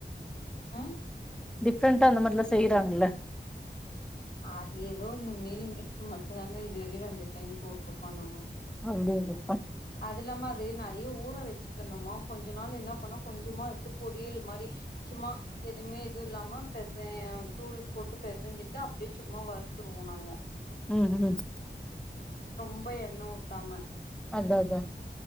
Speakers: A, on the left (about 60°); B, in the centre.
A: ஆ
B: டிஃப்ரண்ட்டா அந்த மார்லா செய்றாங்கள்ல
A: அது எதோ இந்த மீல் மேக்கர் மட்டுந்தாங்க இதுவர்லியு ரெண்டு டைம் போட்ருப்பாங்க மாரி
B: அப்டியில்ல
A: அதுல்லாம அது நறைய ஊற வச்சுட்ருந்தமா கொஞ்ச நாள் என்ன பண்ணோ கொஞ்சமா எட்த்து பொரியல் மாரி சும்மா எதுமே இது இல்லாம பெசய தூள் போட்டு பெசஞ்சிட்டு அப்டியே சும்மா வறுத்துருவோ நாங்க
B: ம் ம்
A: ரொம்ப எண்ண ஊத்தாம
B: அததா